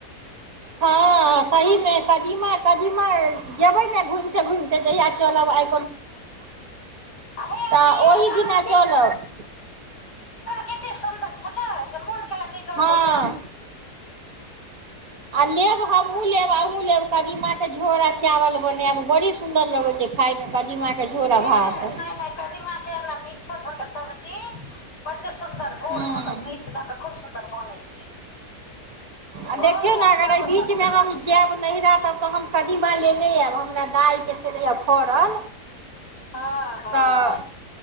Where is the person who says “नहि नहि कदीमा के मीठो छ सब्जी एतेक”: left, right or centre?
Left